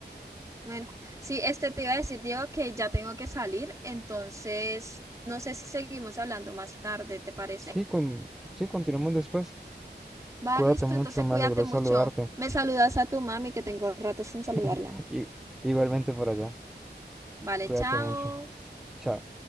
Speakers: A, on the right; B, in the centre.
A: Bueno, sí, este te iba a decir, Diego, que ya tengo que salir. Entonces, no sé si seguimos hablando más tarde, ¿te parece?
B: Sí, con, sí, continuamos después.
A: Va,
B: Cuídate
A: listo.
B: mucho,
A: Entonces,
B: me
A: cuídate
B: alegró
A: mucho.
B: saludarte.
A: Me saludas a tu mami, que tengo rato sin saludarla.
B: <laughs> Y, igualmente por allá,
A: Vale,
B: cuídate
A: chao.
B: mucho. Chao.